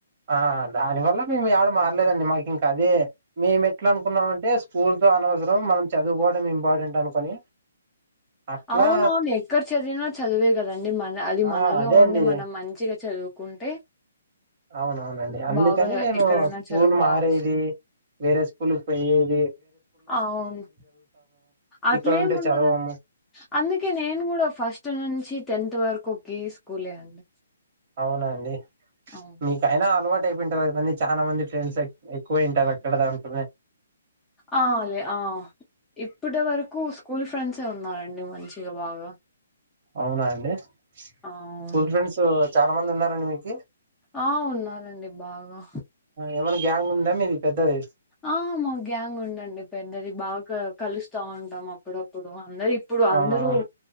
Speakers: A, on the right; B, in the centre.
A: ఆ దానివల్ల మేమ్ యాడ మారలేదండి మాకింకదే మేమెట్లనుకున్నామంటే స్కూల్ తో అనవసరం మనం చదువుకోవడం ఇంపార్టెంట్ అనుకొని అట్లా
B: అవునవును ఎక్కడ చదివినా చదువే కదండి మన అది మనలో
A: ఆ అదే
B: ఉండి
A: అండి
B: మనం మంచిగ చదువుకుంటే
A: అవునవునండి అందుకని
B: బాగా
A: నేను
B: ఎక్కడైనా
A: స్కూల్
B: చదువు బాగా
A: మారేది
B: వస్తుంది
A: వేరే స్ కులుక్ పొయ్యేది
B: అవును అట్లేం
A: ఇక్కడుంటే
B: ఉండదు
A: చదవము
B: అందుకే నేను కూడా ఫస్ట్ నుంచి టెన్త్ వరకు ఒకే స్కూలే అండి
A: అవునండి
B: అవును
A: మీకైనా అలవాటు టెన్త్ అయిపోయింటాది అని చాలామంది చాలా మంది ఫ్రెండ్స్ ఎక్కువ ఇంటర్ అక్కడ దాకానే
B: ఆ లే ఆ ఇప్పటి వరకు స్కూల్ ఫ్రెండ్సే ఉన్నారండి మంచిగా బాగా
A: అవునా అండి స్కూల్
B: అవును
A: ఫ్రెండ్స్ చాలా మంది ఉన్నారండి మీక
B: ఆ ఉన్నానండి బాగా
A: ఏమన్నా గ్యాంగ్ ఉందా మీది పెద్దది
B: ఆ మా గ్యాంగ్ ఉండండి పెద్దది బాగా కలుస్ స్తా ఉంటాం అప్పుడప్పుడు అందరు ఇప్పుడు అందరూ
A: అవునవును